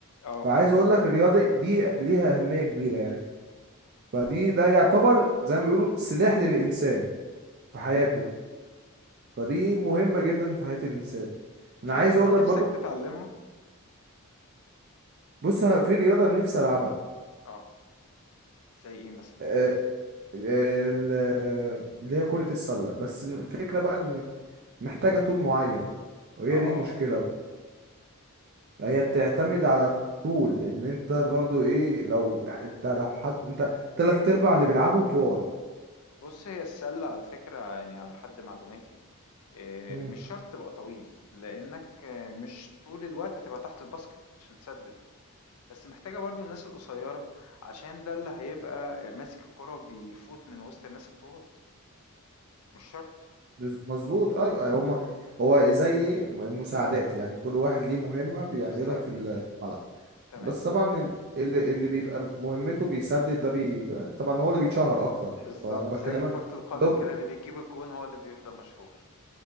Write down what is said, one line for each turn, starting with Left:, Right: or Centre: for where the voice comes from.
Left: آه
Right: فعايز
Left: فاهمك،
Right: اقول لك الرياضه دي ليها اهميه كبيره يعني فدي ده يعتبر زي ما بيقولوا سلاح للانسان في حياته فدي مهمه جدا في حياه الانسان
Left: في
Right: انا عايز
Left: رياضة
Right: اقول
Left: نِفْسك
Right: لك برضه
Left: تتعلمها؟
Right: بص في رياضه انا نفسي العبها
Left: آه، زي إيه مثلًا؟
Right: آه، آه، ال- اللي هي كرة السلة بس الفكرة بقى ان محتاجة طول معين وهي
Left: آه
Right: دي المشكلة بقى هي بتعتمد
Left: تمام،
Right: على طول ان انت برضو ايه لو انت لو حد انت تلات ارباع اللي بيلعبوا طوال
Left: بُص هي السلة على فكرة يعني على حد معلوماتي آآ،
Right: مم.
Left: مش شرط تبقى طويل، لإنك آه، مش طول الوقت هتبقى تحت الباسكت عشان تسدد، بس محتاجة برضه الناس القصيرة عشان ده اللي هيبقى آه، ماسك الكرة وبيفوت من وسط الناس الطوال، مش شرط،
Right: بز- مظبوط ايوه أيوة، هما هو زي ايه م- مساعدات يعني كل واحد ليه مهمة بيعملها
Left: بالضبط،
Right: في ال- في الملعب
Left: تمام.
Right: بس طبعا ال- اللي اللي بيبقى مهمته بيسدد ده بيبقى طبعا هو اللي بيتشهر اكتر
Left: بالظبط
Right: فانا بكلمك
Left: زي كرة القدم
Right: بالظبط
Left: كده
Right: لو-
Left: اللي بيجيب الجون هو اللي بيفضل مشهور